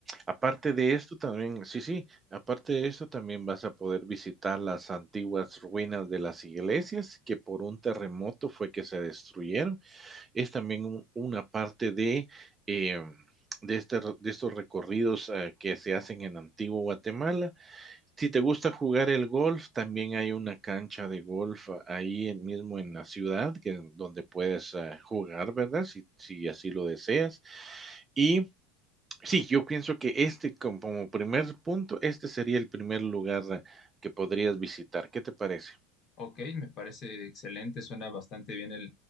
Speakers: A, on the right; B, on the left.
A: aparte de esto también, sí, sí, aparte de esto también vas a poder visitar las antiguas ruinas de las iglesias que por un terremoto fue que se destruyeron. Es también un- una parte de, eh, de, este re- de estos recorridos eh, que se hacen en Antiguo Guatemala. Si te gusta jugar el golf, también hay una cancha de golf ah, ahí en- mismo en la ciudad que, donde puedes eh, jugar, ¿verdad? Si, si así lo deseas. Y Sí, yo pienso que este, com como primer punto, este sería el primer lugar eh, que podrías visitar, ¿qué te parece?
B: Ok, me parece excelente, suena bastante bien